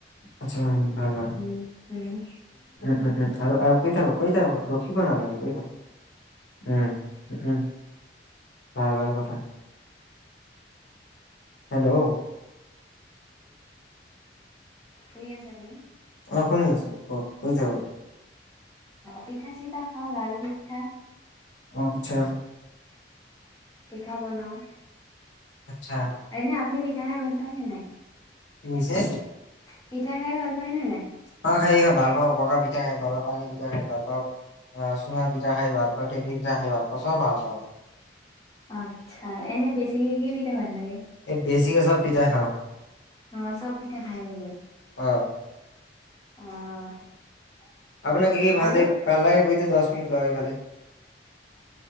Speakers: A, on the left; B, on the left.
A: আচ্ছা ভাল ভাল
B: উম উম
A: উম উম আৰু আৰু কৈ থাকক, কৈ থাকক, ৰখিব নালাগে, কৈ থাকক। উম উম ভাল ভাল কথা। হেল্ল'
B: শুনি আছে আপুনি?
A: অ', শুনি আছোঁ ক'ক। কৈ থাকক
B: পিঠা-চিঠা খাওঁ। লাড়ু-পিঠা
A: অ', আচ্ছা
B: পিঠা বনাওঁ
A: আচ্ছা
B: এনে আপনি <unintelligible> <unintelligible> ভাল পায়নে নাই?
A: কি হৈছে?
B: পিঠা খাই ভাল পায়নে নাই?
A: পিঠা খাই ভাল পাওঁ। বগা পিঠা খাই ভাল পাওঁ। পানী পিঠা খাই ভাল পাওঁ। আহ চুঙা পিঠা খাই ভাল পাওঁ। টেকেলী পিঠা খাই ভাল পাওঁ। চব ভাল পাওঁ।
B: আচ্ছা, এনেই বেছিকে কি পিঠা ভাল লাগে?
A: <unintelligible> বেছিকে চব পিঠা খাওঁ।
B: অ', চব পিঠা খায় নেকি?
A: অ'
B: অ'
A: আপোনাক কি কি ভাল
B: আৰু
A: দে ভাল লাগে কৈ দিয়ক দছ মিনিট লগাই ফালে